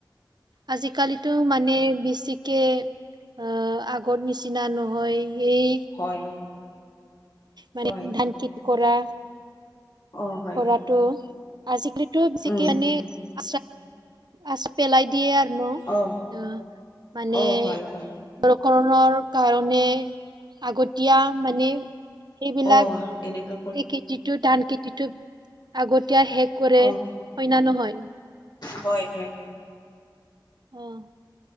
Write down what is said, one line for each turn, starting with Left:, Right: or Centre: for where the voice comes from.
Right: আজিকালিতো মানে, বেছিকে আঁ আগৰ নিচিনা নহয়। সেই,
Left: হয়!
Right: মানে,
Left: হয়
Right: ধান খেতি কৰা,
Left: অ হয়
Right: কৰাটো আজিকালিটো, <unintelligible>
Left: উম
Right: আচ পেলাই দিয়ে আৰু ন'?
Left: অ
Right: অ'! মানে,
Left: অ হয় হয়
Right: বৰষুণৰ কাৰণে, আগতীয়া মানে। সেইবিলাক
Left: অ'! এনেকুৱা।
Right: এই খেতিটো, ধান খেতিটো, আগত শেষ কৰে।
Left: অ অ
Right: হয় না নহয়?
Left: হয়, হয়।
Right: অ'!